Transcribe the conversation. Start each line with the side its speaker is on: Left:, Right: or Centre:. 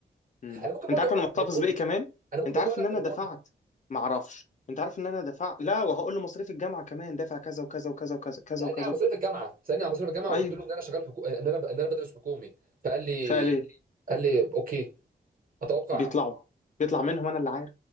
Left: امم
Right: انا ممكن برضو
Left: انت عارف
Right: اقول
Left: انا
Right: له على
Left: محتفظ
Right: التليفون
Left: بايه كمان
Right: انا ممكن
Left: انت
Right: برضو
Left: عارف
Right: اقول له
Left: ان
Right: على
Left: انا دفعت
Right: التليفون
Left: ما اعرفش انت عارف ان انا دفعت لا وهقول له مصاريف الجامعه كمان دافع كذا وكذا وكذا وكذا كذا
Right: سالني
Left: وكذا
Right: على مصاريف الجامعه سالني على مصاريف الجامعه
Left: ايوه
Right: وقلت له ان انا شغال حكو... ان انا ان انا بدرس حكومي فقال لي
Left: فقال ايه
Right: قال لي اوكي اتوقع
Left: بيطلعوا بيطلع منهم انا اللي عارف